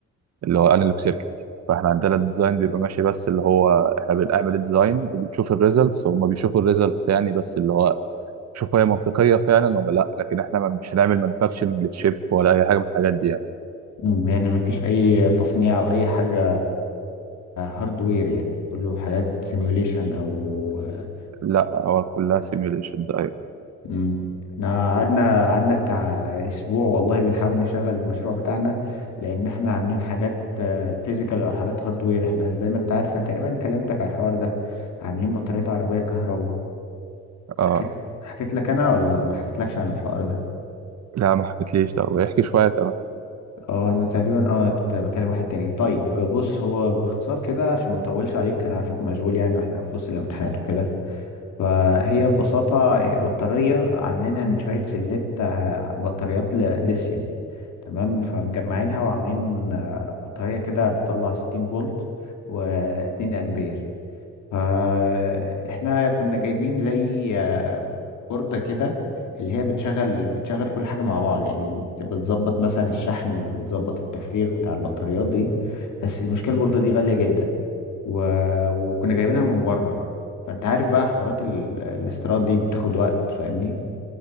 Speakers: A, on the right; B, on the left.
A: اللي هو انالوج سيركتس فاحنا عندنا الديزاين بيبقى ماشي بس اللي هو احنا بنعمل الديزاين وبنشوف الريزلتس هما بيشوفوا الريزلتس يعني بس اللي هو شوف هي منطقيه فعلا ولا لا لكن احنا ما- مش هنعمل مانيفاكتشرنج للشيب ولا اي حاجه من الحاجات دي يعني
B: مم. يعني مفيش اي تصنيع او اي حاجه هاردوير يعني كله حاجات سيميوليشن او آه،
A: لا هو كلها سيميوليشنز ايوه
B: مم. احنا قعدنا قعدنا بتاع اسبوع والله بنحاول نشغل المشروع بتاعنا لان احنا عاملين حاجات فيزيكال او حاجات هاردوير احنا زي ما انت عارف انا تقريبا كلمتك على الحوار ده عاملين بطارية عربية كهرباء
A: اه
B: حكيت حكيت لك انا ولا ما حكيتلكش عن الحوار ده
A: لا ما حكيتليش ده ويحكي شويه تمام
B: اه انا تقريبا اه كنت بكلم واحد تاني طيب بص هو باختصار كده عشان ما اطولش عليك انا عارفك مشغول يعني واحنا في وسط الامتحانات وكده فهي ببساطة بطارية عاملينها من شوية سلات آه، بطاريات ل- ليثيوم تمام فمجمعينها وعاملين آه، بطارية كده بتطلع 60 فولت و2 أمبير فاحنا كنا جايبين زي آه، بوردة كده اللي هي بتشغل بتشغل كل حاجة مع بعض يعني بت- بتظبط مثلا الشحن وتظبط التفريغ بتاع البطاريات دي بس المشكلة البوردة دي غالية جدا و... وكنا جايبينها من بره فانت عارف بقى حوارات ال... الاستيراد دي بتاخد وقت فاهمني